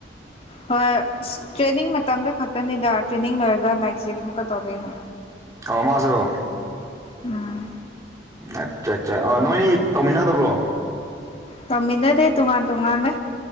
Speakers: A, on the left; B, on the right.
A: ꯍꯣꯏ ꯑꯁ ꯇ꯭ꯔꯦꯅꯤꯡ ꯃꯇꯝꯗ ꯈꯛꯇꯅꯦꯗ ꯇ꯭ꯔꯦꯅꯤꯡ ꯂꯣꯏꯔꯒ ꯅꯥꯏꯠ ꯁꯤꯐ ꯃꯨꯛꯀ ꯇꯧꯗꯣꯏꯅꯦ꯫
B: ꯑꯣ ꯃꯥꯖꯨ?
A: ꯎꯝ
B: ꯑꯆꯠꯆꯥ ꯑꯣ ꯅꯣꯏꯅꯤ ꯇꯧꯃꯤꯟꯅꯗꯕ꯭ꯔꯣ?
A: ꯇꯝꯃꯤꯟꯅꯗꯦ ꯇꯣꯉꯥꯟ ꯇꯣꯉꯥꯟꯂꯦ꯫